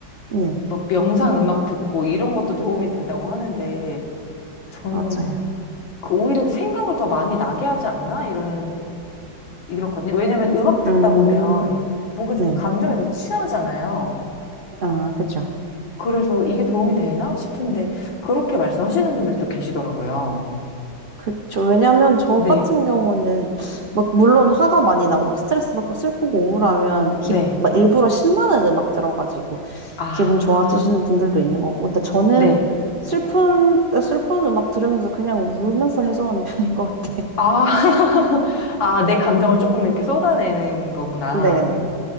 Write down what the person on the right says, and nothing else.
네,
맞아요.
음,
네.
아, 그쵸.
그쵸. 왜냐면 저
같은 경우는 막 물론 화가 많이 나고 막 스트레스 받고 슬프고 우울하면
기, 막 일부러 신나는 음악 들어가지고
기분 좋아지시는 분들도 있는 거고. 근데 저는
슬픈 때 슬픈 음악 들으면서 그냥 울면서 해소하는 <laughs> 편인 것 같아요.
네네.